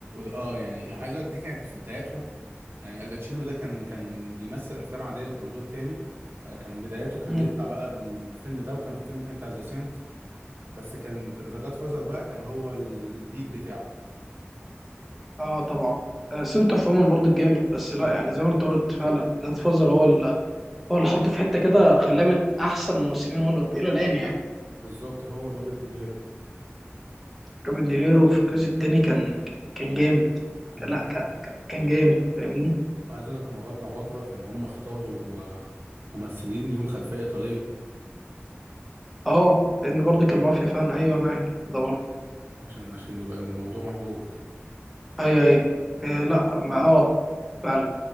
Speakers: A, on the right; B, in the centre.
A: اه يعني عايز اقول لك دي كانت في بداياتهم يعني الباتشينو ده كان كان بيمثل افلام عاديه وكان دور تاني آه، كان بدايته كان
B: مم.
A: يطلع بقى بالفيلم ده وكان في فيلم تاني بتاع ذا سنت بس كان ذا جاد فازر بقى كان هو ال- البيك بتاعه
B: اه طبعا آه، سنت اوف وومن برضه جامد بس لا
A: اه
B: يعني زي ما انت قلت فعلا جاد فازر هو اللي هو اللي حطه في حتة كده خلاه من احسن ممثلين هوليوود الى الان يعني
A: بالظبط هو روبرت دينيرو
B: روبن نيفيرو في الجزء التاني كان كان جامد
A: هم
B: لا
A: عايز
B: ك- ك- كان جامد فاهمني
A: عايز اقول لك هم برضه عباقره في ان هم اختاروا آه، ممثلين ليهم خلفيه ايطاليه
B: اه لان برضه كان مافيا فعلا ايوه معاك ده برضه
A: عشان عشان يبقى الموضوع محبوك
B: ايوه ايوه آه لا ما اه فعلا